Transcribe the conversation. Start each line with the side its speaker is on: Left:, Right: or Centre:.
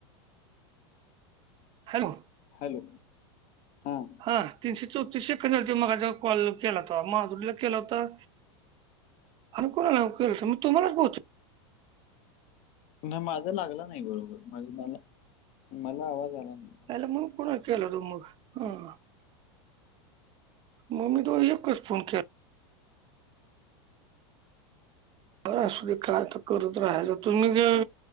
Right: हॅलो
Left: हॅलो हां
Right: हा. तीनशे चौतीस शेकंद झालतं मगाचचा कॉल केला तवा, माधुरीला केला होता आणि कोणाला के हो, तुम्हालाच बोलतोय
Left: नाही माझा लागला नाही बरोबर, मंजे मला मला आवाज आला नाही.
Right: आयला मग कुणाला केला हुता मग,, हां मग मी तो एकच फोन के बरं असु दे काय तर करत राहाच तुम्ही जर